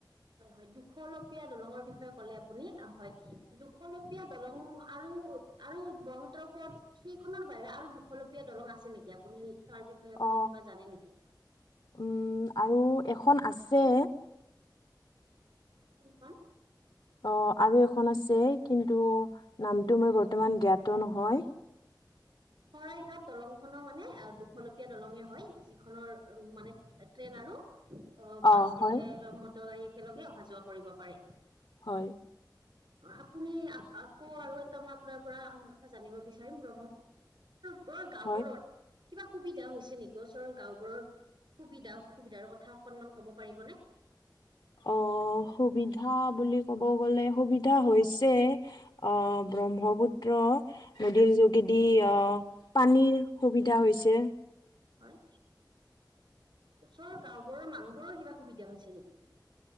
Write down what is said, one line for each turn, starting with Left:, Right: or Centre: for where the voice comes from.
Right: হয় হয় দুশলপীয়া দলঙৰ বিষয়ে ক'লে আপুনি অ হয় দু দুখলপীয়া দলং আৰু আৰু ব্ৰহ্মপুত্ৰৰ ওপৰত সেইখনৰ বাহিৰে আৰু দুখলপীয়া দলং আছে নেকি আপুনি তাৰ বিষয়ে আপুনি
Left: অ
Right: কিবা জানে নেকি?
Left: উম আৰু এখন আছে।
Right: কোনখন?
Left: অ আৰু এখন আছে কিন্তু নামটো মই বৰ্তমান জ্ঞাত নহয়।
Right: শৰাইঘাট দলং খনো মানে দুখলপীয়া দলঙে হয়। যিখনৰ উম মানে ট্ৰেইন আৰু অ
Left: অ
Right: বাছ
Left: হয়
Right: একে মটৰ গাড়ী একেলগে অহা যোৱা কৰিব পাৰে।
Left: হয়।
Right: আপুনি আকৌ আৰু এটা মই আপোনাৰ পৰা কথা জানিব বিচাৰিম ব্ৰহ্ম ওচৰৰ গাঁওবোৰৰ
Left: হয়
Right: কিবা সুবিধা হৈছে নেকি ওচৰৰ গাঁওবোৰৰ সুবিধা অসুবিধাৰ কথা অকনমান ক'ব পাৰিব নে?
Left: অঁহ সুবিধা বুলি ক'ব গ'লে সুবিধা হৈছে অঁ ব্ৰহ্মপুত্ৰ নদীৰ যোগেদি অঁ পানীৰ সুবিধা হৈছে
Right: হয়, ওচৰৰ গাওবোৰৰ মানুহবোৰৰ কিবা সুবিধা হৈছে নেকি?